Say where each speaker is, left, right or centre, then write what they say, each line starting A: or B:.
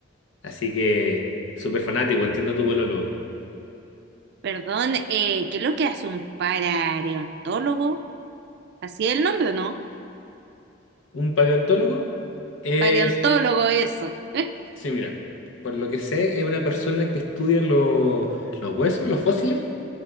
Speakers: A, on the left (about 85°); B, on the right (about 60°).
A: Así que súper fanático, entiendo tu polólogo.
B: Perdón, eh, ¿qué es lo que hace un paraontólogo? Así es el nombre, ¿no?
A: Un paleontólogo es,
B: Paraontólogo, eso. <laughs>
A: sí, mira, por lo que sé, es una persona que estudia los, los huesos, los fósiles